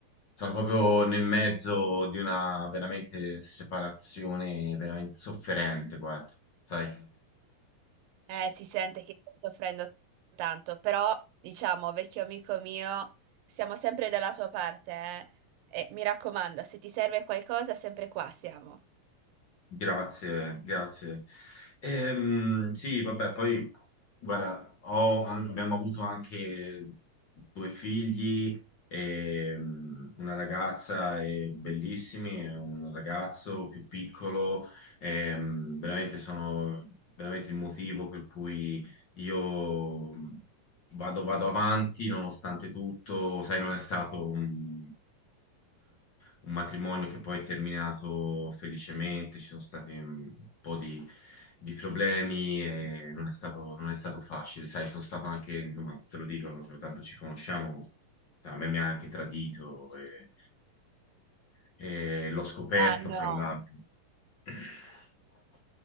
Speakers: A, on the left (about 45°); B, on the right (about 80°).
A: sono proprio nel mezzo di una veramente separazione veramente sofferente, guarda, sai?
B: Eh, si sente che stai soffrendo tanto, però, diciamo, vecchio amico mio, siamo sempre dalla tua parte, eh? E mi raccomando, se ti serve qualcosa, sempre qua siamo.
A: Grazie, grazie. Ehm, sì, vabbè, poi, guarda, ho- an- abbiamo avuto anche due figli, e, mm, una ragazza e bellissimi, e un ragazzo più piccolo, ehm, veramente sono veramente il motivo per cui io vado, vado avanti nonostante tutto, sai, non è stato un, un matrimonio che poi è terminato felicemente, ci sono stati un po' di, di problemi e non è stato, non è stato facile, sai, sono stato anche, insomma, te lo dico, tanto ci conosciamo, a me mi ha anche tradito e, e l'ho scoperto
B: Ma no.
A: fra l'altro. <clears throat>